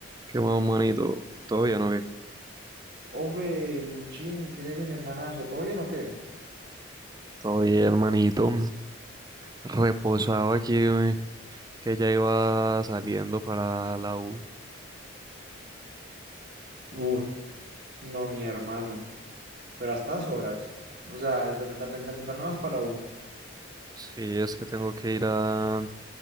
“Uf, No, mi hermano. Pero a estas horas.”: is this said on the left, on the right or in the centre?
Right